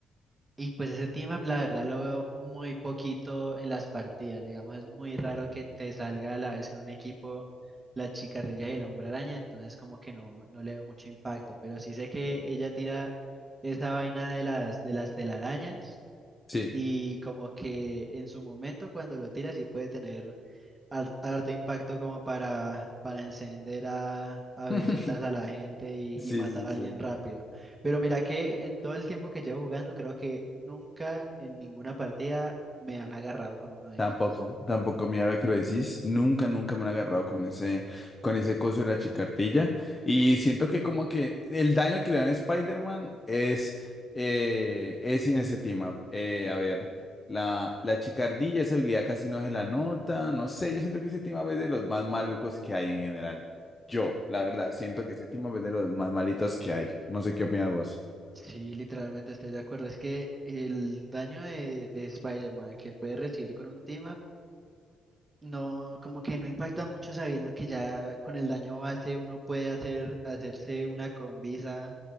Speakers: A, on the right; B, on the left.
A: Y pues ese team up la verdad lo veo muy poquito en las partidas, digamos, es muy raro que te salga a la vez en un equipo la chicardilla y el hombre araña, entonces como que no, no le veo mucho impacto, pero sí sé que ella tira esa vaina de las, de las telarañas
B: Sí.
A: Y como que en su momento cuando lo tira sí puede tener har- harto impacto como para, para encender a, a bellotas
B: <laughs>
A: a la gente y,
B: Sí,
A: y matar
B: sí,
A: a
B: sí.
A: alguien rápido. Pero mira que en todo el tiempo que llevo jugando creo que nunca en ninguna partida me han agarrado con uno de
B: Tampoco,
A: esos.
B: tampoco, mira, ahora que lo decís, nunca, nunca me han agarrado con ese, con ese coso de la chicardilla. Y siento que como que el daño que le dan a Spider-Man es, eh, es inestimable. Eh, a ver, la, la chicardilla, esa habilidad casi no se la nota, no sé, yo siento que ese team es de los más malucos que hay en general. Yo, la verdad, siento que ese team es de los más malitos que hay. No sé qué opinas vos.
A: Sí, literalmente estoy de acuerdo. Es que el daño de, de Spider-Man que puede recibir con un team no, como que no impacta mucho sabiendo que ya con el daño base uno puede hacer, hacerse una combisa